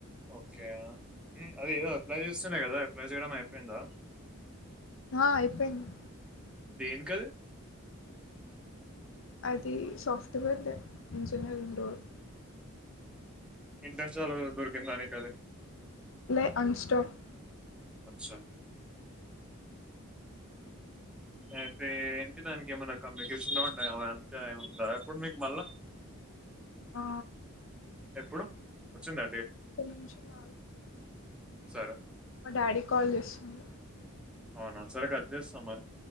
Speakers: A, in the centre; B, on the left.
A: ఓకే అదే ఏదో అప్లై చేస్తున్నా కదా అప్లై చేయడం అయిపోయిందా
B: ఆ అయిపోయింది
A: దీనికి ఆది
B: అది సోఫ్ట్వేర్ ఎంజనీయరింగ్డూరు
A: ఇంటనే చాలా దొరికిందానికిక అది
B: లే అన్స్టక్
A: అచ్చా అయితే ఏంటి దానికి ఏమైనా కమ్యూనికేషన్లో ఉండ అవి అంతా ఉంటా ఇప్పుడు మీకు మళ్ళా
B: ఆ
A: ఎప్పుడు వచ్చిండి
B: నిమిషం మా
A: సరే
B: డాడీ కాల్ చేస్తుంది
A: అవునా సరే క అది చేస్తాం మరి